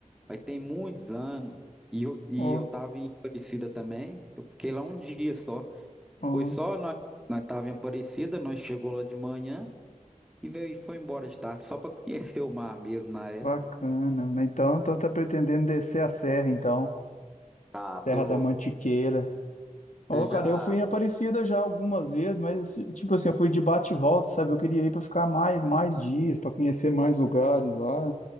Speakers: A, in the centre; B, on the left.
A: mas tem muitos anos. E eu, e
B: Ó,
A: eu tava em Aparecida também. Eu fiquei lá um dia só.
B: ó,
A: Foi só nós, nós tava em Aparecida, nós chegou lá de manhã e veio e foi embora de tarde, só para conhecer o mar mesmo na época.
B: bacana. Então, então você tá pretendendo descer a serra, então.
A: Ah,
B: Terra
A: tô.
B: da Mantiqueira. Ô,
A: Você já.
B: cara, eu fui em Aparecida já algumas vezes, mas tipo assim, eu fui de bate e volta, sabe? Eu queria ir para ficar mais, mais dias, para conhecer mais lugares lá,